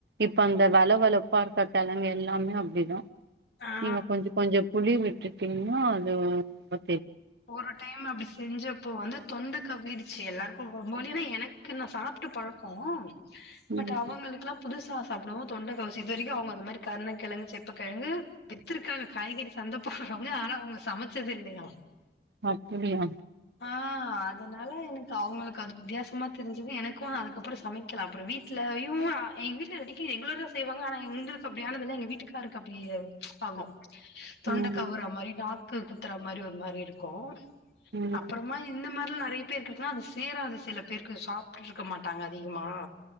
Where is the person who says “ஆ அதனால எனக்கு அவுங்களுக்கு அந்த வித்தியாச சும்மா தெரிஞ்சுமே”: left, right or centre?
Left